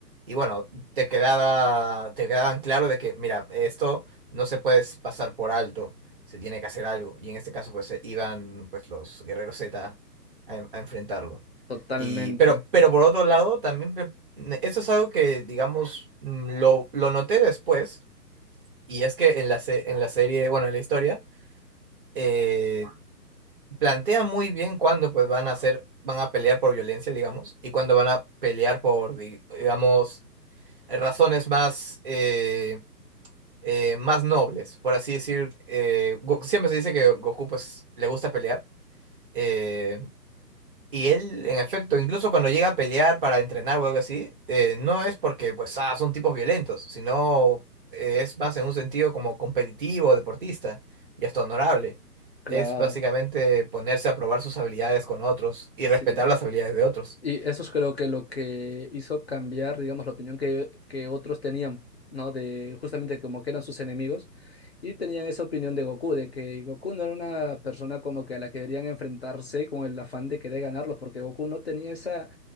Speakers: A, on the right (about 30°); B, on the left (about 40°).
A: Y bueno, te quedaba, te quedaban claro de que, mira, esto no se puede pasar por alto se tiene que hacer algo. Y en este caso, pues eh, iban pues los guerreros Z a, en- a enfrentarlo.
B: Totalmente,
A: Y, pero, pero por otro lado, también me- me- esto es algo que, digamos, mm, lo, lo noté después, y es que en la, se- en la serie, bueno, en la historia, eh, plantea muy bien cuándo pues van a hacer, van a pelear por violencia, digamos, y cuándo van a pelear por, di- digamos, razones más eh, eh, más nobles, por así decir. eh, Go- siempre se dice que Goku pues le gusta pelear, Eh, y él, en efecto, incluso cuando llega a pelear para entrenar o algo así, eh, no es porque pues ah, son tipos violentos, sino eh, es más en un sentido como competitivo, deportista y hasta honorable.
B: claro,
A: Es básicamente ponerse a probar sus habilidades con otros y
B: sí.
A: respetar las habilidades de otros.
B: Y eso es creo que lo que hizo cambiar, digamos, la opinión que, que otros tenían, ¿no? De justamente como que eran sus enemigos y tenían esa opinión de Goku, de que Goku no era una persona como que a la que deberían enfrentarse con el afán de querer ganarlos, porque Goku no tenía esa,